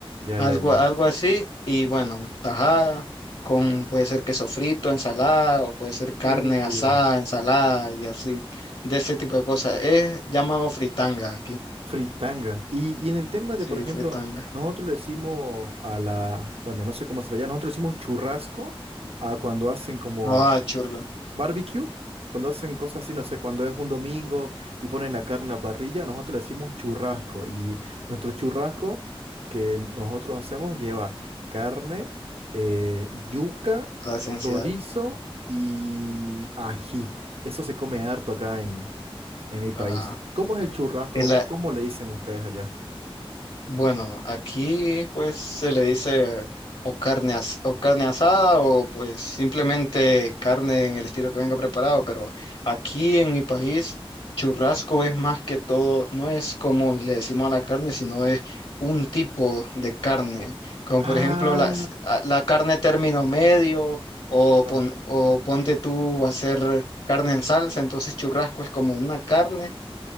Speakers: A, on the right; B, on the left.
A: Ya,
B: Algo,
A: ya, ya.
B: algo así. Y bueno, tajada, con puede ser queso frito, ensalada, o puede ser carne
A: Uy.
B: asada, ensalada y así, de ese tipo de cosas. Es llamado fritanga aquí.
A: Fritanga. Y, y en el tema de,
B: Sí,
A: por ejemplo,
B: fritanga.
A: nosotros le decimos a la, bueno, no sé cómo se lo llama, nosotros le decimos churrasco a cuando hacen como
B: Ah, churla,
A: Barbecue, cuando hacen cosas así, no sé, cuando es un domingo y ponen la carne en la parrilla, nosotros le decimos churrasco. Y nuestro churrasco que nosotros hacemos lleva carne, eh, yuca,
B: la esencial.
A: chorizo y ají. Eso se come harto acá en, en mi país.
B: Ah,
A: ¿Cómo es el churrasco
B: el
A: o cómo le dicen ustedes allá?
B: Bueno, aquí pues se le dice o carne, as- o carne asada o pues simplemente carne en el estilo que venga preparado, pero aquí en mi país churrasco es más que todo, no es como le decimos a la carne, sino es un tipo de carne, como
A: Ah,
B: por ejemplo la, la carne término medio o,
A: claro.
B: pon- o ponte tú va a ser carne en salsa, entonces churrasco es como una carne